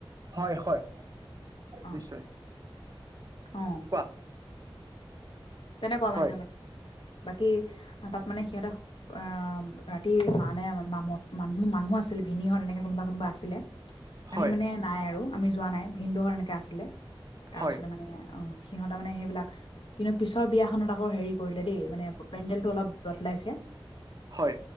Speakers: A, on the right (about 40°); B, on the left (about 70°).
A: হয়, হয়,
B: অ'
A: নিশ্চয়।
B: অ'।
A: কোৱা?
B: তেনেকুৱা
A: হয়
B: পাইছে মানে, বাকী সিহঁতক মানে সিহঁতে আ ৰাতি মানে <unintelligible> মানুহ-মানুহ আছিল ভিনী হত তেনেকে কোনোবা-কোনোবা আছিলে।
A: হয়
B: আমি মানে নাই আৰু আমি যোৱা নাই, ভিণ্ড এনেকে আছিলে, তাৰ
A: হয়
B: পিছতে মানে অ, সিহঁতে মানে সেইবিলাক কিন্তু পিছৰ বিয়াখনত আকৌ হেৰি কৰিলে দেই মানে পেণ্ডেলটো অলপ বদোলাইছে।
A: হয়।